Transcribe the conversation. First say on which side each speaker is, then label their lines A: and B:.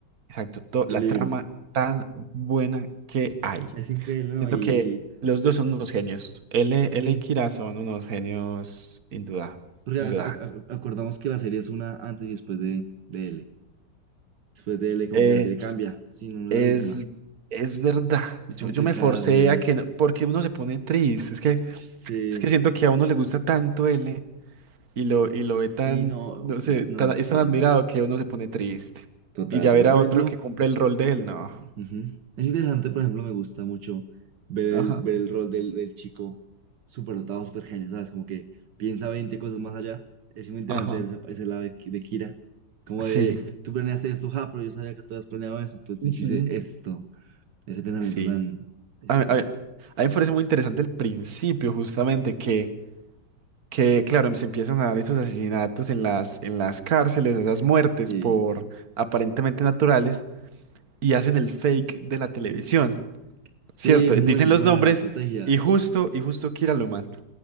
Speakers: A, on the right (about 55°); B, on the right (about 75°).
A: Exacto, to-
B: un
A: la
B: libro.
A: trama tan buena que hay.
B: Es increíble, ¿no?
A: Siento
B: Y, y
A: que los dos son unos genios. L,
B: sí,
A: L y Kira son unos genios, induda,
B: porque a-
A: indudable.
B: a- a- acordamos que la serie es una antes y después de, de L. Después de L, como
A: Eh,
B: que la serie cambia, sí, no no
A: es,
B: es la misma.
A: es verdad.
B: Es
A: Yo,
B: complicada
A: yo me forcé
B: la serie.
A: a que no- porque uno se pone triste. Es que,
B: Sí,
A: es que siento que a uno le gusta tanto L y lo, y lo ve
B: sí,
A: tan,
B: no,
A: no sé,
B: no,
A: tan-
B: sí,
A: es tan admirado
B: no.
A: que uno se pone triste.
B: Total,
A: Y ya
B: total.
A: ver a
B: Por
A: otro
B: ejemplo,
A: que cumple el rol de él, no.
B: Ujú. Es interesante, por ejemplo, me gusta mucho ver el,
A: Ajá.
B: ver el rol del, del chico súper dotado, súper genio, ¿sabes? Como que piensa 20 cosas más allá. Es muy interesante
A: Ajá.
B: ese, ese lado de, Ki- de Kira. Como
A: Sí.
B: de, tú planeaste esto, ja, pero yo sabía que tú habías planeado eso, entonces
A: Ujú.
B: yo hice esto. Ese pensamiento
A: Sí.
B: tan... es
A: A, mí
B: tan-
A: a a mí me parece muy interesante el principio, justamente, que, que claro, se empiezan a dar esos asesinatos en las, en las cárceles, esas muertes
B: Sí,
A: por aparentemente naturales, y hacen el fake de la televisión,
B: sí,
A: ¿cierto?
B: muy
A: Dicen
B: buena
A: los nombres
B: esa estrategia,
A: y justo, y justo Kira lo mata.